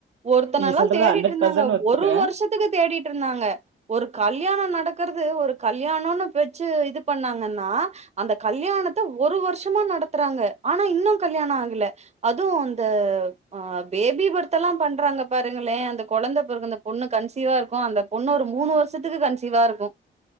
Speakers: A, on the right; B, on the right.
A: ஒருத்தன
B: நீங்க
A: எல்லா
B: சொல்றத
A: தேடிட்டு இருந்தாங்க
B: ஒத்துக்கிறே.
A: ஒரு வருஷத்துக்கு தேடிட்டு இருந்தாங்க ஒரு கல்யாணோ நடக்கிறது ஒரு கல்யாணம்னு பேச்சு இது பண்ணாங்கன்னா அந்தக் கல்யாணத்த ஒரு வருஷமா நடத்துறாங்க ஆனா இன்னூ கல்யாணம் ஆகல அதுவும் அந்த ஆ பேபி பர்த் எல்லாம் பண்றாங்க பாருங்களேன் அந்த கொழந்த பிறகுந் பொண்ணு கன்சீவா இருக்கூ அந்த பொண்ணு ஒரு மூணு வருஷத்துக்கு கன்சீவா இருக்கு